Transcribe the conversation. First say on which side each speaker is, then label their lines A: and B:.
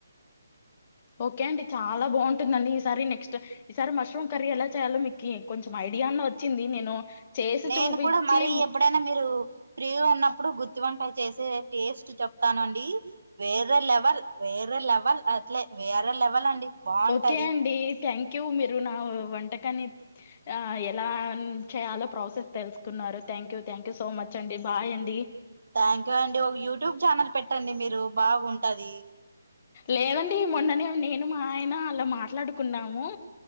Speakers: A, on the left (about 30°); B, on the right (about 65°).
A: ఓకే అండి చాల బాం ఉంటుందండి ఈసారి నెక్స్ట్ ఈసారి మష్రూమ్ కర్రీ ఎలా చేయాలో మీకి కొంచెం ఐడియాన్న వచ్చింది నేను చేసి
B: నేను
A: చూపించి
B: కూడా మరీ ఎప్పుడైనా మీరు ఫ్రీగా ఉన్నప్పుడు గుత్తి వంకాయ చేసే టేస్ట్ చెప్తానండి వేరే వేరే లెవెల్ వేరే లెవెల్ అట్లే వేరే లెవెల్ అండి బాగుంటది
A: ఓకే అండి థ్యాంక్యూ మీరు నా వంటకాన్ని ఆ ఎలా చేయాలో ప్రాసెస్ తెలుసుకున్నారు థ్యాంక్యూ థాంక్యూ సో మచ్ అండి బాయ్ అండి
B: థ్యాంక్యూ అండి ఒక యూట్యూబ్ ఛానల్ పెట్టండి మీరు బాగుంటది
A: లేదండి మొన్ననే నేను మా ఆయన అలా మాట్లాడుకున్నాము